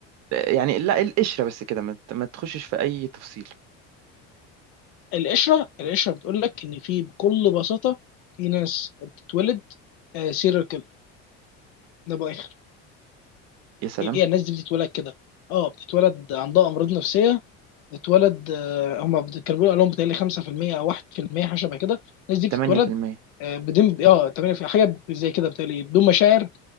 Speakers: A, on the right; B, on the left.
A: يعني لا القشرة بس كده ما ت- ما تخشش في أي تفصيل
B: القشره القشره بتقول لك ان في بكل بساطه في ناس بتتولد سيريال كيلر ده باخر
A: يا سلام
B: هي الناس دي بتتولد كده اه بتتولد عندها امراض نفسيه بتتولد آه، هم بت- كانوا بيقولوا لهم بتهيألي 5% او 1% حاجه شبه كده الناس دي
A: 8%
B: بتتولد آه، بدون اه تمام في حاجه زي كده بتهيألي بدون مشاعر